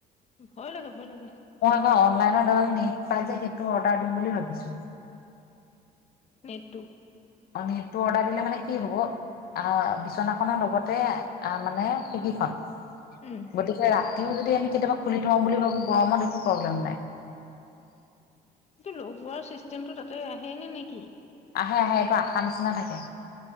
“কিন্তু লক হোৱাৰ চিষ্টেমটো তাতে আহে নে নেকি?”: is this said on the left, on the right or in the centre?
Left